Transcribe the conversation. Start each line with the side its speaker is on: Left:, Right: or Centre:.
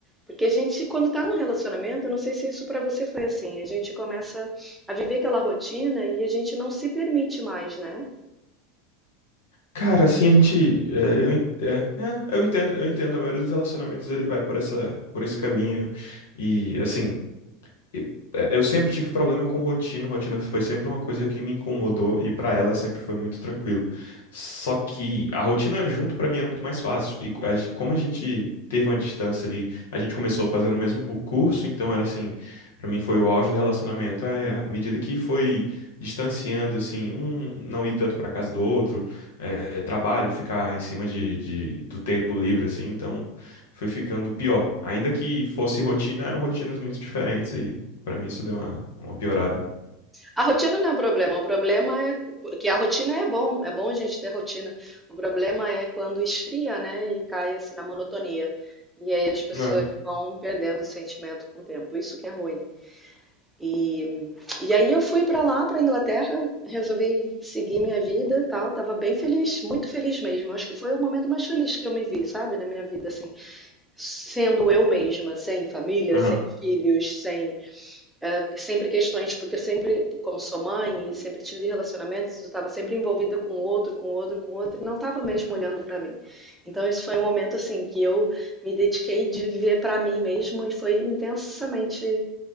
Centre: Porque a gente, quando está num relacionamento, eu não sei se isso para você foi assim, a gente começa a viver aquela rotina e a gente não se permite mais, né?
Left: Cara, assim, a gente... é, eu, en- é, é, eu entendo, eu entendo. A maioria dos relacionamentos, ele vai por essa, por esse caminho. E, assim... E, é, Eu sempre tive problema com rotina, rotina foi sempre uma coisa que me incomodou e pra ela sempre foi muito tranquilo. Só que a rotina junto pra mim era muito mais fácil. E co- a gen- como a gente teve uma distância ali, a gente começou fazendo o mesmo curso, então era assim, pra mim foi o auge do relacionamento, é à medida que foi distanciando, assim, um não ir tanto pra casa do outro, é, trabalho, ficar em cima de, de- do tempo livre, assim, então foi ficando pior. Ainda que fosse rotina, eram rotinas muito diferentes Pra mim isso deu uma, uma piorada.
Centre: A rotina não é um problema, o problema é que a rotina é bom, é bom a gente ter rotina. O problema é quando esfria, né, e cai assim na monotonia. E aí as pessoas
Left: Ah,
Centre: vão perdendo o sentimento com o tempo. Isso que é ruim. E, e aí eu fui para lá, para Inglaterra, resolvi seguir minha vida, e tal, tava bem feliz, muito feliz mesmo. Acho que foi o momento mais feliz que eu me vi, sabe, na minha vida assim, sendo eu mesma, sem família,
Left: aham,
Centre: sem filhos, sem é, sempre questões, porque eu sempre, como sou mãe e sempre tive relacionamentos, eu estava sempre envolvida com outro, com outro, com outro, e não estava mesmo olhando para mim. Então, isso foi um momento assim que eu me dediquei de viver para mim mesmo e foi intensamente